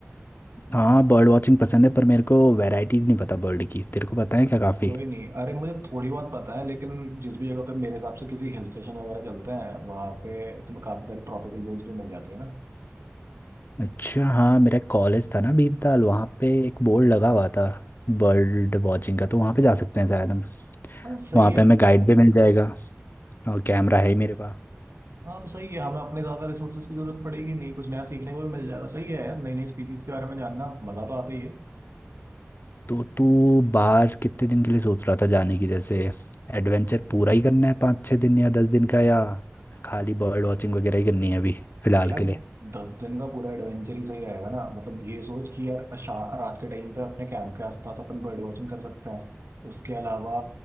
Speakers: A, on the left; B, on the right.
A: हाँ बर्ड वॉचिंग पसंद है पर मेरे को वैरायटीज़ नहीं पता बर्ड की तेरे को पता है क्या काफ़ी
B: कोई नहीं अरे मुझे थोड़ी बहुत पता है लेकिन जिस भी जगह पे मेरे हिसाब से किसी हिल स्टेशन वगैरह चलते हैं वहाँ पे तुम्हें काफी सारी ट्रॉपिकल लॉज भी मिल जाती है ना
A: अच्छा हाँ मेरा कॉलेज था ना भीमताल वहाँ पे एक बोर्ड लगा हुआ था बर्ड वॉचिंग का तो वहाँ पे जा सकते हैं शायद हम
B: हाँ सही
A: वहाँ
B: है
A: पे हमें गाइड भी मिल जाएगा और कैमरा है ही मेरे पास
B: हाँ तो सही है हमें अपने ज्यादा रिसोर्सेज की जरूरत पड़ेगी नहीं कुछ नया सीखने को भी मिल जाएगा सही है यार नई नई स्पीसीज के बारे में जानना मजा तो आता ही है
A: तो तू बाहर कितने दिन के लिए सोच रहा था जाने की जैसे एडवेंचर पूरा ही करना है पाँच छः दिन या दस दिन का या खाली बर्ड वॉचिंग वगैरह ही करनी है अभी फिलहाल
B: यार
A: के लिए
B: दस दिन का पूरा एडवेंचर ही सही रहेगा ना मतलब ये सोच कि यार शा- रात के टाइम पे अपने कैंप के आसपास अपन बर्ड वॉचिंग कर सकते हैं उसके अलावा